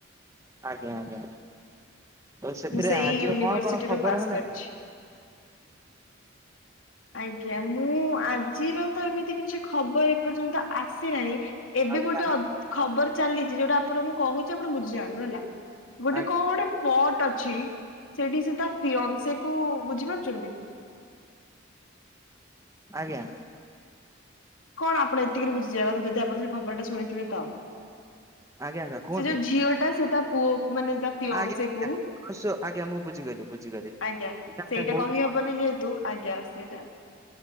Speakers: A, on the right; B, on the left.
A: ଆଜ୍ଞା ଆଜ୍ଞା ତ ସେଥିରେ
B: ମୁଁ ସେଇ
A: ଆଜିର
B: ୟୁନିଭରସିଟିରୁୁ
A: କଣ କଣ ଖବର
B: ପାସ୍
A: ହେଲାଣି?
B: କରିଛି। ଆଜ୍ଞା ମୁଁ ଆଜିର ତ ଏମିତି କିଛି ଖବର ଏପର୍ଯ୍ୟନ୍ତ ଆସିନାହିଁ। ଏବେ
A: ଆଉ
B: ଗୋଟେ
A: ଆଜ୍ଞା
B: ଖବର ଚାଲିଛି ଯୋଉଟା ଆପଣଙ୍କୁଁ କହୁଛି ଆପଣ ବୁଝିଯାଆନ୍ତୁ ହେଲା? ଗୋଟେ
A: ଆଜ୍ଞା
B: କଣ ଗୋଟେ ଫର୍ଟ ଅ ଛି ସେଠି ସେ ତା ଫିଓନ୍ସି କୁ ବୁଝି ପାରୁଛନ୍ତି?
A: ଆଜ୍ଞା।
B: କଣ ଆପଣ ଏତିକି ବୁଝିଯିବା କଥା ଯଦି ଆପଣ ସେ ଖବରଟା ଶୁଣିଥିବେ ତ
A: ଆଜ୍ଞା କୁହନ୍ତୁ
B: ସେ ଯୋଉ ଝିଅଟା ସେ ତା ପୁଅ ମାନେ ତା ଫିଓନ୍ସେ
A: ଆଜ୍ଞା
B: କୁ
A: ଅବଶ୍ୟ ଆଜ୍ଞା ମୁଁ ବୁଝିଗଲି ବୁଝିଗଲି
B: ଆଜ୍ଞା ସେଇଟା
A: ବହୁତ
B: କହି ହବନି ଯେହେତୁ ଆଜ୍ଞା ସେଇଟା।